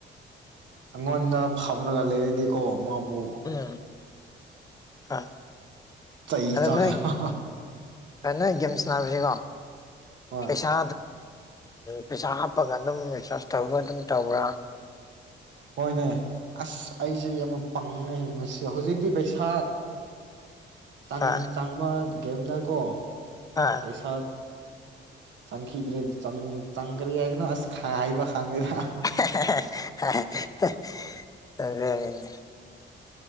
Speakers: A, on the right (about 70°); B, on the left (about 20°).
A: ꯑꯩꯉꯣꯟꯗ ꯐꯝꯂꯒ ꯂꯩꯔꯗꯤꯀꯣ ꯃꯥꯕꯨ
B: ꯎꯝ ꯑ
A: ꯆꯩ
B: ꯑꯗꯥ
A: ꯆꯥꯒꯗꯕ
B: ꯉꯔꯥꯡ ꯅꯪ ꯒꯦꯝꯁ ꯁꯥꯟꯅꯕꯁꯤꯀꯣ
A: ꯍꯣꯏ
B: ꯄꯩꯁꯥ ꯑꯝ ꯄꯩꯁꯥ ꯍꯥꯞꯄꯒ ꯑꯗꯨꯝ ꯔꯤꯆꯥꯔꯖ ꯇꯧꯕ ꯑꯗꯨꯝ ꯇꯧꯕ꯭ꯔꯥ
A: ꯍꯣꯏꯅꯦ ꯑꯁ ꯑꯩꯁꯦ ꯌꯥꯝ ꯄꯥꯡꯉꯦ ꯍꯧꯖꯤꯛꯇꯤ ꯄꯩꯁꯥ ꯆꯥꯡ
B: ꯍꯣꯏ
A: ꯆꯥꯡꯕ ꯒꯦꯝꯗꯀꯣ
B: ꯑ
A: ꯄꯩꯁꯥ ꯆꯪꯈꯤꯗ꯭ꯔꯦ ꯆꯪꯈ꯭ꯔꯦ ꯍꯥꯏꯗꯅ ꯑꯁ ꯍꯥꯏꯕ ꯈꯪꯗꯦꯗ
B: <unintelligible>